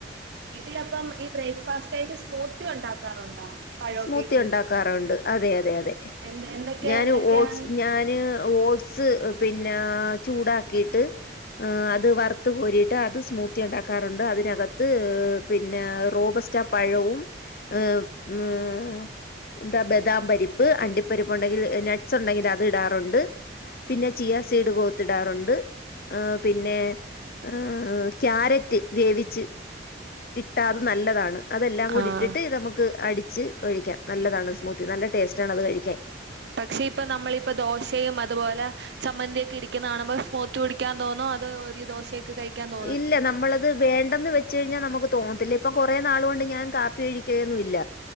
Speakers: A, on the right; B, on the left.
A: വീട്ടിലപ്പം ഈ ബ്രേക്ക്ഫാസ്റ്റായിട്ട് സ്മൂത്തി ഉണ്ടാക്കാറുണ്ടോ? പഴമൊക്കെ
B: സ്മൂത്തി
A: ഇട്ട്
B: ഉണ്ടാക്കാറുണ്ട് അതെ അതെ അതെ
A: എന്ത് എന്തൊക്കെ
B: ഞാന്
A: എന്തൊക്കെയാണ്
B: ഓട്സ് ഞാന് ഓട്സ് പിന്നെ ചൂടാക്കിയിട്ട് ഏഹ് അത് വറുത്ത് കോരിട്ട് അത് സ്മൂത്തി ഉണ്ടാക്കാറുണ്ട് അതിനകത്ത് പിന്നെ റോബസ്റ്റാ പഴവും ഏഹ് മ്മ് ഹ് എന്താ ബദാം പരിപ്പ്, അണ്ടിപ്പരിപ്പ് ഉണ്ടെങ്കിൽ നട്ട്സ് ഉണ്ടെങ്കിൽ അത് ഇടാറുണ്ട്. പിന്നെ ചിയാ സീട് കോത്തിടാറുണ്ട് ഹേ പിന്നെ ആഹ് ക്യാരറ്റ് വേവിച്ച് ഇട്ടാത് നല്ലതാണ് അതെല്ലാം കൂടി
A: ആഹ്
B: ഇട്ടിട്ട് നമുക്ക് അടിച്ച് കഴിക്കാം നല്ലതാണ് സ്മൂത്തി നല്ല ടേസ്റ്റാണ് അത് കഴിക്കാൻ.
A: പക്ഷെ ഇപ്പ നമ്മളിപ്പ ദോശയും അതുപോലെ ചമ്മന്തി ഒക്കെ ഇരിക്ക്ന്ന കാണുമ്പം സ്മൂത്തി കുടിക്കാൻ തോന്നോ അതോ ഒരു ദോശ ക്കെ കഴിക്ക തോ
B: ഇല്ല നമ്മളത് വേണ്ടന്ന് വെ ച്ച് കഴിഞ്ഞാൽ നമുക്ക് തോന്നത്തില്ല ഇപ്പ കൊറേ നാൾ കൊണ്ട് ഞാൻ കാപ്പി കഴിക്കന്നുല്ല.